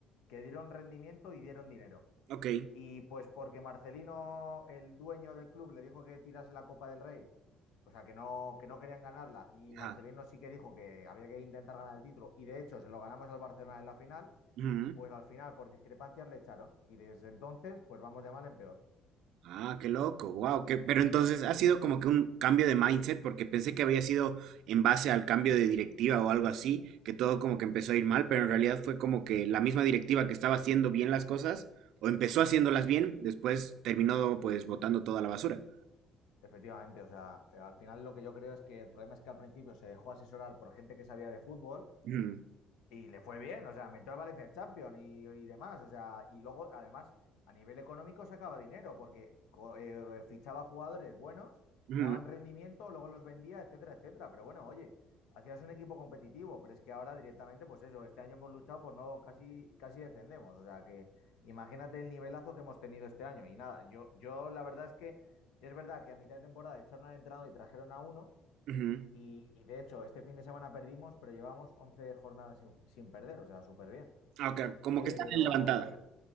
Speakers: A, on the left (about 80°); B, on the right (about 65°).
A: que dieron rendimiento y dieron dinero.
B: Ok.
A: Y pues porque Marcelino, el dueño del club, le dijo que tirase la Copa del Rey, o sea, que no, que no querían ganarla, y Marcelino
B: Ajá.
A: sí que dijo que había que intentar ganar el título, y de hecho se lo ganamos al Barcelona en la final,
B: Ujú.
A: pues al final por discrepancias le echaron, y desde entonces pues vamos de mal en peor.
B: Ah, qué loco, wow, que, pero entonces ha sido como que un cambio de mindset, porque pensé que había sido en base al cambio de directiva o algo así, que todo como que empezó a ir mal, pero en realidad fue como que la misma directiva que estaba haciendo bien las cosas, o empezó haciéndolas bien, después terminó pues botando toda la basura.
A: Efectivamente, o sea, eh, al final lo que yo creo es que el problema es que al principio se dejó asesorar por gente que sabía de fútbol
B: Ujú,
A: Y le fue bien, o sea, metió al Valencia en Champions y, y demás, o sea, y luego, además, a nivel económico sacaba dinero porque co- eh, fichaba jugadores buenos,
B: ujú,
A: daban rendimiento, luego los vendía, etcétera, etcétera. Pero bueno, oye, hacías un equipo competitivo, pero es que ahora directamente, pues eso, este año hemos luchado por no casi, casi descendemos, o sea, que imagínate el nivelazo que hemos tenido este año. Y nada, yo, yo la verdad es que es verdad que a mitad de temporada echaron al entrenador y trajeron a uno
B: ujú.
A: y, y de hecho, este fin de semana perdimos, pero llevamos 11 jornadas sin, sin perder, o sea, súper bien.
B: Ah, ok, como
A: Pero
B: que están en levantada.
A: el-